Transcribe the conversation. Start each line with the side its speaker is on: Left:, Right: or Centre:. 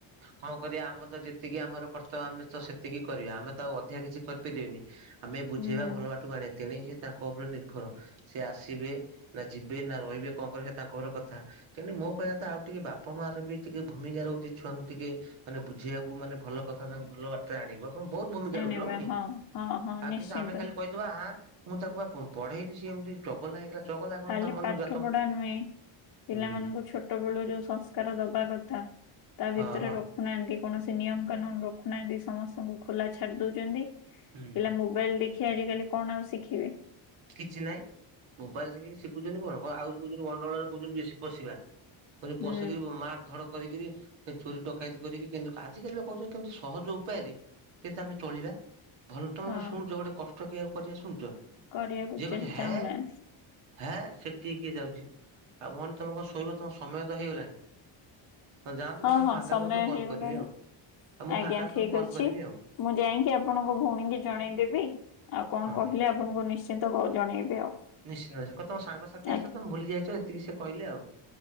Right: କଣ କରିବା ଆମେ ତ ଯେତିକି ଆମର କର୍ତ୍ତବ୍ୟ ଆମେ ତ ସେତିକି କରିବା, ଆମେ ତ ଆଉ ଅଧିକା କିଛି କରିପାରିବାନି। ଆମେ ବୁଝେଇବା
Left: ହୁଁ
Right: ଭଲ ବାଟୁକୁ ଆଣିବା ତେଣିକି ତାଙ୍କ ଉପରେ ନିର୍ଭର। ସେ ଆସିବେ ନା ଯିବେ ନା ରହିବେ କଣ କରିବେ ତାଙ୍କ ଉପରେ କଥା। ତେଣୁ ମୋ କହିବା କଥା ଆଉ ଟିକେ ବାପା ମା ର ବି ଟିକେ ଭୂମିକା ରହୁଛି। ଛୁଆଙ୍କୁ ଟିକେ ମାନେ ବୁଝେ଼ଇବାକୁ ମାନେ ଭଲ କଥା ତାଙ୍କୁ ଭଲ ବାଟରେ ଆଣିବ। ବହୁତ ଭୂମିକା
Left: ଆଣିବା
Right: ରହୁଛି ରହୁନି,
Left: ହଁ ହଁ ହଁ
Right: ଆଉ
Left: ନିଶ୍ଚିନ୍ତ
Right: କିନ୍ତୁ ଆମେ ଖାଲି କହି ଥିବା ଆଁ ମୁଁ ତାକୁ ବା ପଢେଇଲି ସିଏ ଏମିତି ଚଗଲା ହେଇଗଲା। ଚଗଲା କଣ
Left: ଖାଲି
Right: ତା ମନକୁ
Left: ପାଠ
Right: ଗଲା ତମ
Left: ପଢା ନୁହେଁ ପିଲାମାନଙ୍କୁ
Right: ହୁଁ
Left: ଛୋ ଛୋଟ ବୋଳୁ ଯୋଉ ସଂସ୍କାର ଦବା କଥା ତା
Right: ହଁ
Left: ଭିତରେ
Right: ହଁ
Left: ନାଁ ଏମିତି କୌଣସି ନିୟମ କାନୁନ ରଖୁନାହାନ୍ତି ସମସ୍ତଙ୍କୁ ଖୋଲା ଛାଡି ଦୋଉଛନ୍ତି।
Right: ହୁଁ
Left: ପିଲା ମୋବାଇଲ ଦେଖି ଆଜିକାଲି କଣ ଆଉ ଶିଖିବେ।
Right: କିଛି ନାହିଁ। ମୋବାଇଲ ଦେଖିକି ଶିଖିଖୁଛନ୍ତି କଣ କଣ ଆହୁରି କହୁଛନ୍ତି ଗଣ୍ଡଗୋଳରେ କହୁଛନ୍ତି ବେଶୀ ପଶିବା। ପଶିକିରି
Left: ହୁଁ
Right: ମାର ଧଡ କରିକିରି ଚୋରୀ ଡକାୟତି କରିକି କିନ୍ତୁ ଆଜିିକାଲି ବି କହୁଛନ୍ତି କେମିତି ସହଜ ଉପାୟରେ କେମିତି ଆମେ ଚଳିବୁ। ଭଲ ତମେ
Left: ହଁ
Right: ଶୁଣୁଛ ଗୋଟେ କଷ୍ଟ କିଏ ଆଉ କରିବା ଶୁଣୁଛ
Left: କରିବାକୁ
Right: ଯିଏ
Left: ଚେ
Right: କହୁଛି ହେ
Left: ଚାହୁଁନାହାନ୍ତି
Right: ହେଁ ସେତିିକି ଯାଉଛି ଆଉ ଭଉଣୀ ତମେ କଣ ଶୋଇବ ତମ ସମୟ ତ ହେଇଗଲାଣି। <unintelligible>
Left: ହଁ
Right: କେତେବେଳେ
Left: ହଁ
Right: ଫାଙ୍କା
Left: ସମୟ
Right: ହେଲେ ମତେ କଲ୍
Left: ହେଇଗଲାଣି
Right: କରିବେ ଆଉ ଆଉ ମୁଁ
Left: ଆଜ୍ଞା
Right: ଫାଙ୍କା ହେଲେ ତମକୁ
Left: ଠିକ୍
Right: କଲ୍
Left: ଅଛି।
Right: କରିବି ଆଉ
Left: ମୁଁ ଯାଇକି ଆପଣଙ୍କ ଭଉଣୀଙ୍କୁ ଜଣେଇଦେବି ଆଉ କଣ
Right: ହଁ
Left: କହିଲେ ଆପଣଙ୍କୁ ନିଶ ଚିନ୍ତା କର ଜଣେଇବି ଆଉ <unintelligible>
Right: ନିଶ୍ଚିନ୍ତ କ ତେମ ସାଙ୍ଗସାଥି
Left: ଆଜ୍ଞା
Right: ତ ଭୁଲି ଯାଇଛ ଏତିକି ସେ କହିଲେ ଆଉ।